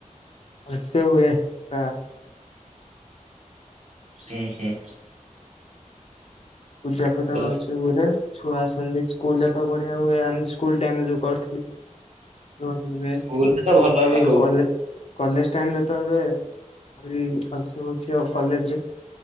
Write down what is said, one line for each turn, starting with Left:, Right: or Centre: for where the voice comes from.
Left: ଭଲସେ ହୁଏ କା।
Right: ହୁଁ ହୁଁ।
Left: ପୂଜା ଫୂଜା
Right: ପୁରା
Left: ଭଲସେ ହୁଏ। ଛୁଆ ଆସନ୍ତି, ସ୍କୁଲରେ ତ ବଢିଆ ହୁଏ ଆମେ ସ୍କୁଲ ଟାଇମରେ ଯୋଉଁ କରିଥିଲୁ। <unintelligible>
Right: ସ୍କୁଲ ତ ଭଲ ବି
Left: ଆଉ
Right: ହଉଛି
Left: କଲେ। କଲେଜ ଟାଇମ ରେ ତ ଏବେ ଆହୁରି ଭଲସେ ହଉଛି ଆଉ କଲେଜରେ।